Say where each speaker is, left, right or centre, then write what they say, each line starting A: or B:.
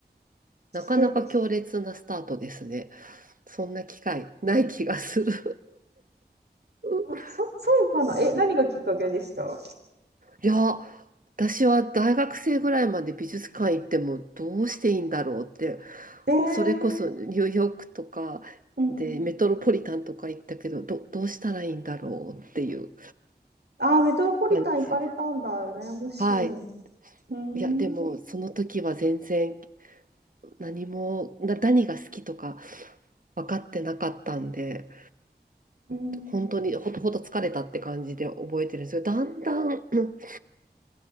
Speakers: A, on the right (about 50°); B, on the right (about 70°).
A: なかなか強烈なスタートですね。
B: で、
A: そんな機会ない気がする。<laughs>
B: あ、そ、そうかな。え、何がきっかけでした
A: いや、私は大学生ぐらいまで美術館行ってもどうしていいんだろうって
B: えー、
A: それこそニューヨークとかでメトロポリタンとか行ったけど、
B: うん。
A: ど、どうしたらいいんだろうっていう
B: あー、メトロポリタン行かれたんだ。
A: 感じで。
B: 羨ましい。
A: はい。
B: うーん。
A: いや、でもその時は全然何も、な、何が好きとか分かってなかったんで、
B: うん。
A: 本当にほとほと疲れたって感じで覚えてるんですよ。
B: う
A: だんだん、うん